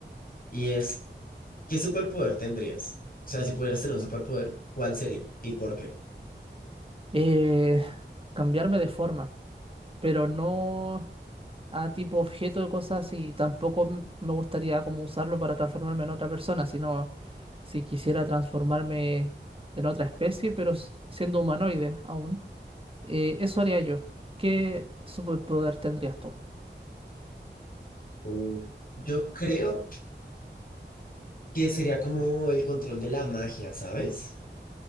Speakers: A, on the left; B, on the right.
A: Y es, ¿qué superpoder tendrías? O sea, si pudieras tener un superpoder, ¿cuál sería y por qué?
B: Eh, cambiarme de forma, pero no a tipo objeto de cosas y tampoco m- me gustaría como usarlo para transformarme en otra persona, sino si quisiera transformarme en otra especie, pero s- siendo humanoide aún. Eh, eso haría yo. ¿Qué superpoder tendrías tú?
A: Uh, Yo creo que sería como el control de la magia, ¿sabes?